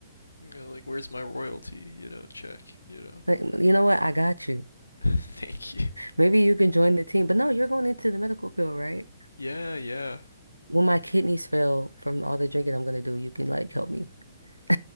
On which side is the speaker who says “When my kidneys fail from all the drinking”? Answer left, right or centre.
Right